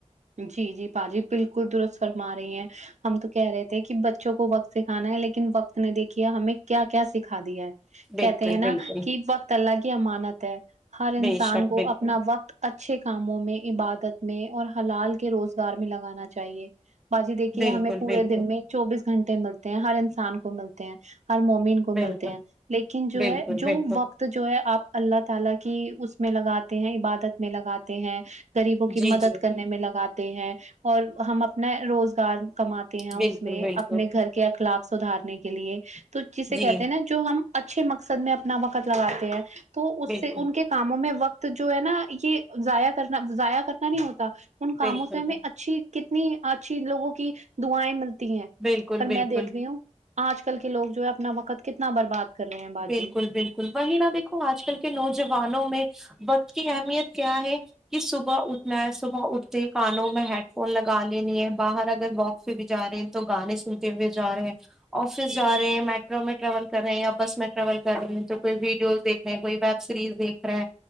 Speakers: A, on the right (about 70°); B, in the centre.
A: جی جی با جی بالکل درست فرما رہی ہیں ہم تو کہہ رہے تھے کہ بچوں کو وقت سکھانا ہے لیکن وقت نے دیکھیا ہمیں کیا کیا سکھا دیا ہے
B: بالکل
A: کہتے ہیں
B: بالکل
A: نا کہ وقت اللہ کی امانت ہے ہر انسان
B: بے شک
A: کو
B: بالکل
A: اپنا وقت اچھے کاموں میں عبادت میں اور حلال کے روزگار میں لگانا چاہیے باجی دیکھیے
B: بالکل
A: ہمیں پورے
B: بالکل
A: دن میں چوبیس گھنٹے ملتے ہیں ہر انسان کو ملتے ہیں ہر مومین کو
B: بالکل
A: ملتے ہیں لیکن جو
B: بالکل
A: ہے جو
B: بالکل
A: وقت جو ہے آپ اللہ تعالی کی اس میں لگاتے ہیں عبادت میں لگاتے ہیں غریبوں کی
B: جی
A: مدد
B: جی
A: میں لگاتے ہیں اور ہم اپنا روزگار کماتے کہ تے
B: بالکل
A: اس میں
B: بالکل
A: اپنے گھر کے اخلاق سدھارنے کے لیے تو جسے
B: جی
A: کہتے ہیں نا جو ہم اچھے مقصد میں اپنا وقت لگاتے ہیں تو اس
B: بالکل
A: سے ان کے کاموں میں وقت جو ہے نا یہ ضائع کرنا ضائع کرنا نہیں ہوتا ان کاموں
B: بالکل
A: سے ہمیں اچھی کتنی اچھی لوگوں کی دعائیں مل تی ہے
B: بالکل
A: پر
B: بالکل
A: میں دیکھ رہی ہوں اج کل کے لوگ جو ہے اپنا وقت کتنا برباد کر رہے ہیں باجی
B: بالکل بالکل وہی نہا دیکھو اج کل کے نوجوانوں میں وقت کی اہمیت کیا ہے کہ صبح اٹھنا ہے صبح اٹھتے ہی کانوں میں ہیڈ فون لگا لینی ہے باہر اگر واک پہ بھی جا رہے ہیں تو گانے سنتے ہوئے جا رہے ہیں افس جا رہے ہیں میٹرو میں ٹریول کر رہے ہیں یا بس میں ٹریول کر رہے ہیں تو کوئی ویڈیوز دیکھے کوئی سیریز دیکھ رہے ہیں